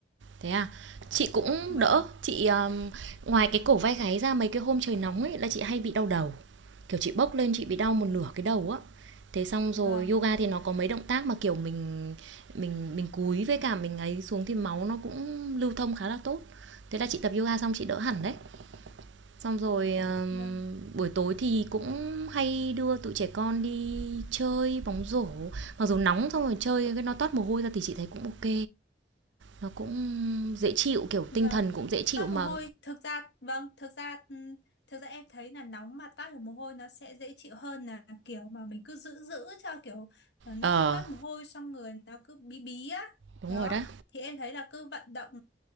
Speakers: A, on the right; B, on the left.
A: thế à chị cũng
B: Vâng,
A: đỡ chị um, ngoài cái cổ vai gáy ra mấy cái hôm trời nóng ấy là chị hay bị đau đầu kiểu chị bốc lên chị bị đau một nửa cái đầu á thế xong
B: vâng,
A: rồi yoga thì nó có mấy động tác mà kiểu mình mình mình cúi với cả mình ấy xuống thì máu nó cũng lưu thông khá là tốt thế là chị tập yoga xong chị đỡ hẳn đấy Xong rồi, ờm,
B: vâng,
A: buổi tối thì cũng hay đưa tụi trẻ con đi chơi bóng rổ, mặc dù nóng xong rồi chơi cái nó toát mồ hôi ra thì chị thấy cũng ok nó cũng dễ chịu, kiểu,
B: vâng.
A: tinh thần cũng dễ chịu
B: toát
A: mà
B: mồ hôi thực ra vâng thực ra ừm, thực ra em thấy là nóng mà toát được mồ hôi nó sẽ dễ chịu hơn là kiểu mà mình cứ giữ giữ cho kiểu ờ, nó
A: ờ,
B: không toát mồ hôi xong người nó cứ bí bí á
A: đúng
B: đó
A: rồi đó,
B: thì em thấy là cứ vận động